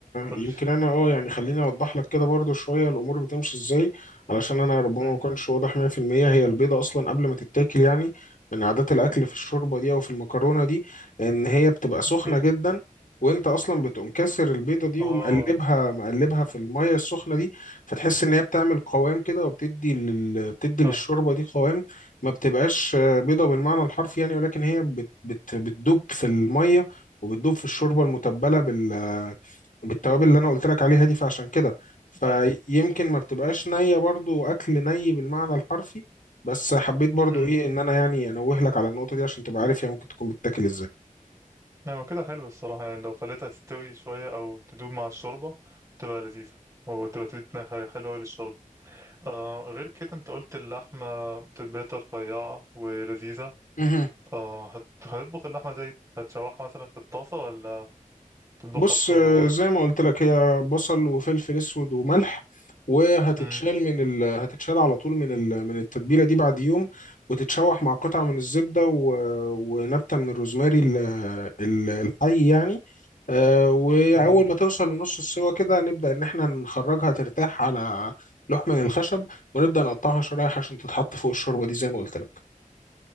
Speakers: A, on the right (about 25°); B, on the left (about 65°).
A: قلت
B: يمكن انا اه يعني خليني اوضح لك كده برضو شويه الامور بتمشي ازاي علشان انا ربما
A: امم
B: ما كنتش واضح 100% هي البيضه اصلا قبل ما تتاكل يعني من عادات الاكل في الشوربه دي او في المكرونه دي ان هي بتبقى سخنه
A: اوكي
B: جدا وانت اصلا بتقوم كاسر البيضه دي
A: اه
B: ومقلبها مقلبها في الميه السخنه دي فتحس ان هي بتعمل قوام كده وبتدي لل... بتدي
A: فاهم
B: للشوربه دي قوام ما بتبقاش آه، بيضه بالمعنى الحرفي يعني ولكن هي بت... بت... بتدوب في الميه وبتدوب في الشوربه المتبله بال بالتوابل اللي انا قلت لك عليها دي فعشان كده فيمكن
A: ايوه
B: ما بتبقاش نيه برضو اكل ني بالمعنى الحرفي بس حبيت برضو
A: امم
B: ايه ان انا يعني انوه لك على النقطه دي عشان تبقى عارف هي ممكن تكون بتتاكل
A: ايوه كده حلو الصراحه يعني لو خليتها تستوي شويه او تدوب مع الشوربه تبقى لذيذه وتبقى تدينا حاجة حلوة أوي للشوربة آه غير كده أنت قلت اللحمة تتبيلة رفيعة ولذيذة
B: ازاي
A: اه هت- هتطبخ اللحمة زي هتشوحها مثلا في الطاسة ولا تطبخها
B: بص
A: في الشوربة
B: آه،
A: برضه
B: زي ما قلت لك هي بصل وفلفل اسود وملح وهتتشال
A: امم
B: من ال... هتتشال على طول من ال... من التتبيله دي بعد يوم وتتشوح مع قطعه من الزبده و... ونبته من الروزماري ال... ال- الحي يعني آه، واول
A: جميل
B: ما توصل لنص السوا كده نبدا ان احنا نخرجها ترتاح على لوح من الخشب ونبدا نقطعها شرايح عشان تتحط فوق الشوربه دي زي ما قلت لك